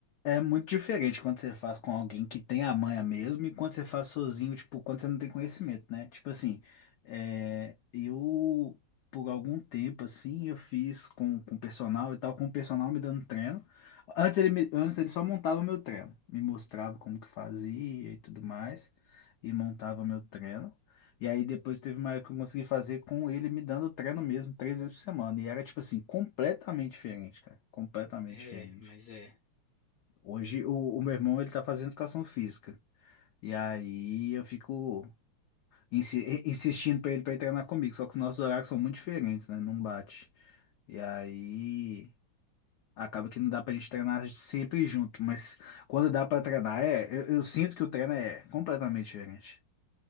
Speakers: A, on the left; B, on the left.
A: É muito diferente quando você faz com alguém que tem a manha mesmo e quando você faz sozinho, tipo, quando você não tem conhecimento, né? Tipo assim, é, eu, por algum tempo, assim, eu fiz com, com o personal e tal, com o personal me dando treino. Antes ele, me- antes ele só montava o meu treino, me mostrava como que fazia e tudo mais, e montava meu treino. E aí depois teve uma época que eu consegui fazer com ele me dando treino mesmo, três vezes por semana. E era, tipo assim, completamente diferente, cara. Completamente
B: É,
A: diferente.
B: mas é.
A: Hoje o, o meu irmão ele tá fazendo educação física. E aí eu fico insi- insistindo pra ele para treinar comigo, só que os nossos horários são muito diferentes, né? Não bate. E aí acaba que não dá pra gente treinar sempre junto, mas quando dá pra treinar, é, eu, eu sinto que o treino é completamente diferente.